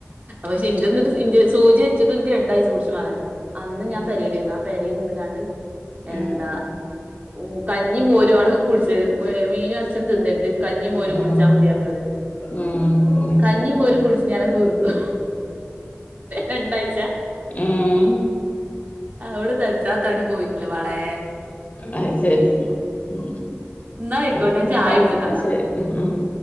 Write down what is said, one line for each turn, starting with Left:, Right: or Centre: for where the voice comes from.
Right: പക്ഷെ എന്റെ ന്നിട്ട് സൂചി വെച്ചിട്ട് എനിക്ക് രണ്ടാഴ്ച ടിച്ച മാറാന്‌ അന്ന് ഞാൻ
Left: അത്
Right: പരയിലായിരുന്നു
Left: ശരി
Right: ആ പര നിന്ന് കാണ്ട്
Left: ഉം
Right: എന്താ ഉ കഞ്ഞി <unintelligible> കുടിച്ചർ മീനും എർച്ചും തിന്നരുത് കഞ്ഞിയും മോരും
Left: ഉം ഉം
Right: കുടിച്ചാൽ മതി അറിഞ്ഞോല്
Left: ഉം അത്
Right: കഞ്ഞിയും
Left: ശരി
Right: മോരും കുടിച്ച് ഞാൻ അട് വീർത്തു രണ്ടാഴ്ച
Left: ഉം
Right: അവിടെ തടിച്ചാ തടി പോയിട്ടില്ല മാളേ
Left: അ ശരി ഉ
Right: ന്നാ ആയിക്കോട്ടെ
Left: പിന്നെതാന്ന
Right: ഞാൻ ചായ കുടിച്ചട്ടെന്നാ
Left: ശരി ഉ <inaudible>